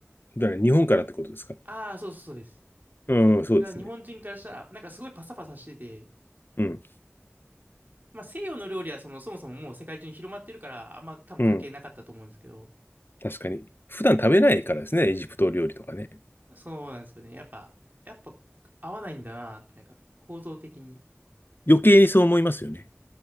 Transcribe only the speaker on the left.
だから、日本からってことですか。
うん、そうですね。
うん、
うん。確かに。普段食べないからですね、エジプト料理とかね。
余計にそう思いますよね。